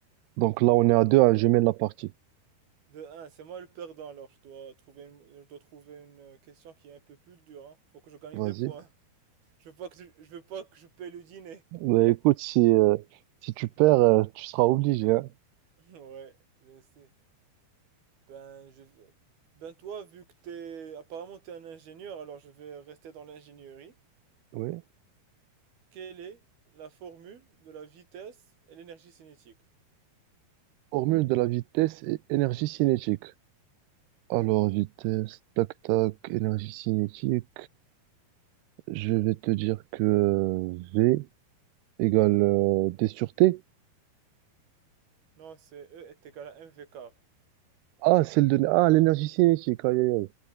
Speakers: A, on the right (about 90°); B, on the right (about 70°).
A: Donc là, on est à deux, hein, je mène la partie.
B: De un, c'est moi le perdant, alors je dois trouver une, je dois trouver une question qui est un peu plus dure, hein. Faut que je gagne
A: Vas-y.
B: des points. Je veux pas que, tu- je veux pas que je paie le dîner. <laughs>
A: Mais écoute, si, euh, si tu perds, euh, tu seras obligé, hein.
B: Ouais, je sais. Ben, je vais- Ben toi, vu que t'es, apparemment t'es un ingénieur, alors je vais rester dans l'ingénierie.
A: Oui.
B: Quelle est la formule de la vitesse et l'énergie cinétique?
A: Formule de la vitesse et énergie cinétique. Alors, vitesse, tac, tac, énergie cinétique. Je vais te dire que euh, V égale euh, D sur T.
B: Non, c'est E est égal à mv carré.
A: Ah, celle de... Ah, l'énergie cinétique. Aïe, aïe, aïe.